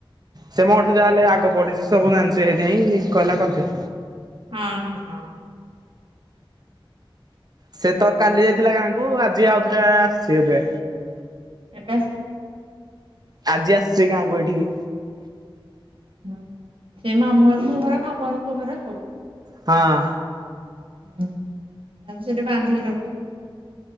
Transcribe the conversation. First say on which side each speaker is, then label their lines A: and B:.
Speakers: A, on the right (about 45°); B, on the right (about 70°).
A: ସେ ମୋଠୁ ଯାହାହେଲେ ଆଗ ବଢିଛି ସବୁ ଜାଣିଛି ଏଇଥିପାଇଁ କହିଲା କରିଦି
B: ହଁ ହଁ
A: ସେ ତ କାଲି ଯାଇଥିଲା ଗାଁକୁ ଆଜି ଆଉଥିଲା ଆସିଛି ଏବେ
B: ଏବେ ଆସ
A: ଆଜି ଆସଛି ଗାଁକୁ ଏଠିକି
B: ହୁଁ ସେ ମାମୁଁ ଘରକୁ ଘର ମାମୁଁ ଘର କୁ ଘର ଆଉ
A: ହଁ
B: ହଁ ତାକୁ ସେଠି ବାନ୍ଧିକି ରଖି